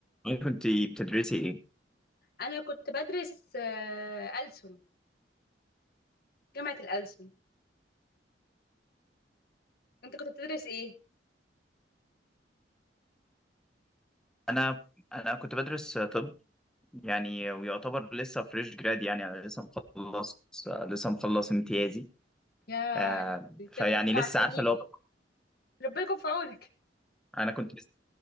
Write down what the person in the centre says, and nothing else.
وانت كنت بتدرسي ايه؟
انا انا كنت بدرس طب يعني ويعتبر لسه فريش جراد يعني انا لسه مخلص لسه مخلص امتيازي
آه
فيعني
لسه
عارفه اللي هو
انا كنت مست...